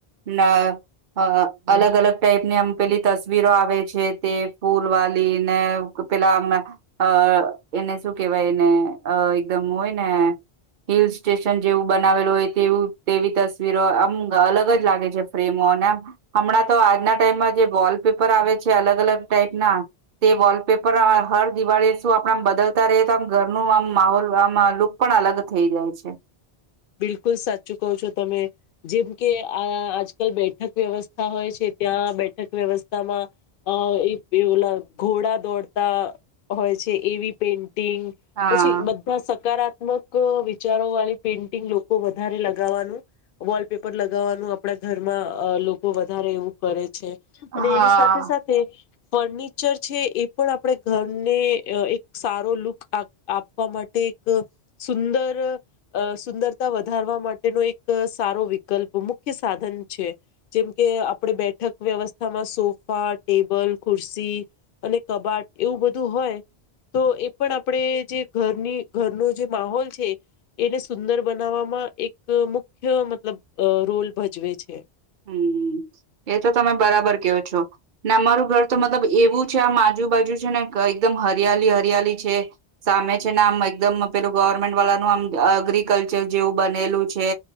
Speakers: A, on the right (about 55°); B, on the left (about 65°).
A: ના અહ અલગ અલગ ટાઈપની આમ પેલી તસવીરો આવે છે તે ફૂલ વાલી ને ક પેલા આમના અહ એને શું કેહેવાય એને અહ એકદમ હોય ને હિલ સ્ટેશન જેવું બનાવેલું હોય તેવું તેવી તસવીરો આમ અલગ જ લાગે છે, ફ્રેમો <unintelligible> હમણાં તો આજના ટાઈમમાં જે વોલપેપર આવે છે અલગ- અલગ ટાઈપ ના, તે વોલપેપ પર હર દિવાળી શું આપણા આમ બદલતા રહીએ તો આમ ઘર નુ આમ માહોલ આમ લુક પણ અલગ થઈ જાય. જાય છે.
B: બિલકુલ સાચું કહો છો તમે. જેમ કે આ આ આજકલ બેઠક વ્યવસ્થા હોય છે ત્યાં બેઠક વ્યવસ્થામાં અહ એક બે ઓલા ઘોડા દોડતા હોય છે. એવી પે ન્ટિંગ,
A: હા
B: પછી બધા સકારાત્મક વિચારો વાળી પેન્ ટિંગ લોકો વધારે લગાવવાનું, વોલપેપર લગાવવાનું આપડા ઘરમાં અહ લોકો વધારે એવું કરે છે, અને
A: હા
B: એની સાથે-સાથે ફર્નિચર છે, એ પણ આપણે ઘરને અહ એક સારો લુક આ આપવા માટે એક સુંદર અહ સુંદરતા વધારવા માટેનો એક સારો વિકલ્પ મુખ્ય સાધન છે. જેમ કે આપ ણે બેઠક વ્યવસ્થામાં સોફા, ટેબલ, ખુરસી અને કબાટ એવું બધું હોય તો એ પણ આપણેે જે ઘરની ઘરનું જે માહોલ છે એને સુંદર બનાવવામાં એક મુખ્ય મતલબ રોલ અહ ભજવે છે.
A: હમ્મ. એ તો તમે બરાબર ક્યો છો ને અમારું ઘર તો મતલબ એવું જ છે, આમ આજુબાજુ છે ને ક એકદમ હરિયાલી-હરિયાલી છે, સામે છે ને આમ એકદમ પેલું <unintelligible> ગવર્મેન્ટ વાલાનું આમ અગ્રીકલ્ચર જેવું બનેલું છે.